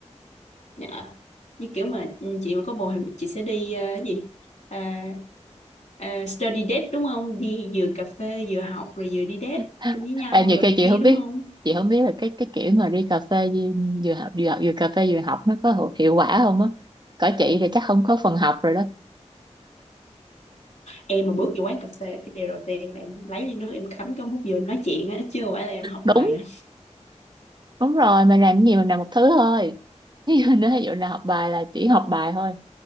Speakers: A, on the left; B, on the right.
A: dạ. như kiểu mà ừ, chị mà có bồ thì chị sẽ đi ờ, cái gì à, à, study date đúng không đi vừa cà phê vừa học rồi vừa đi date
B: <laughs>
A: chung với nhau
B: à, nhiều
A: rồi
B: khi
A: này
B: chị
A: kia
B: không
A: đúng
B: biết
A: không <laughs>
B: chị không biết là cái cái kiểu mà đi cà phê đi- vừa học vừa học vừa cà phê vừa học nó có hữu- hiệu quả không á cỡ chị thì chắc không có phần học rồi đó
A: em mà bước vô quán cà phê cái điều đầu tiên là em lấy ly nước em cắm cắm hút vô em nói chuyện á chứ không phải là em học
B: đúng
A: bài đâu.
B: đúng rồi mình làm cái gì mình làm một thứ thôi <laughs> ví dụ nếu ví dụ là học bài là chỉ học bài thôi